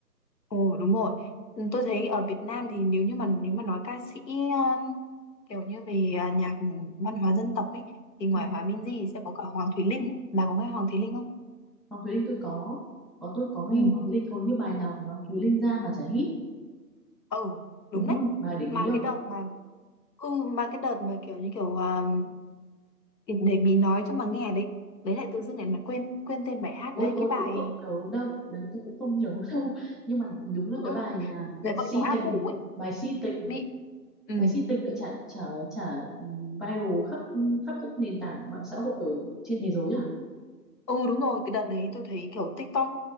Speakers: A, on the left; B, in the centre.
A: Ồ đúng rồi. Ừ, Tôi thấy ở Việt Nam thì nếu như mà nếu mà nói ca sĩ um, kiểu như về à, nhạc văn hóa dân tộc ấy thì ngoài
B: ừ.
A: Hòa Minzy thì sẽ có cả Hoàng Thùy Linh ấy. Bà có nghe Hoàng Thùy Linh không?
B: Hoàng Thùy Linh tôi có có tôi có nghe
A: Ừ.
B: Hoàng Thùy Linh hầu như bài nào của Hoàng Thùy Linh ra mà chả hit
A: Ừ,
B: đúng
A: đúng
B: không
A: đấy.
B: bà để ý
A: Mà
B: không
A: cái đợt mà ừ mà cái đợt mà kiểu như kiểu à, để để Mỹ nói cho mà nghe đấy. Đấy lại tự dưng lại là quên quên tên bài hát
B: ôi
A: đấy
B: tôi
A: cái bài
B: cũng không nhớ đâu đấy tôi cũng không nhớ <laughs> đâu nhưng mà đúng là
A: ừ,
B: cái bài à,
A: về
B: si
A: vợ chồng A
B: tình
A: Phủ ấy.
B: bài si tình này
A: Mỹ ừ.
B: bài si tình lại chả chả chả ừ, viral khắp khắp các nền tảng mạng xã hội ở trên thế giới
A: Ừ đúng rồi, cái đợt đấy tôi thấy kiểu TikTok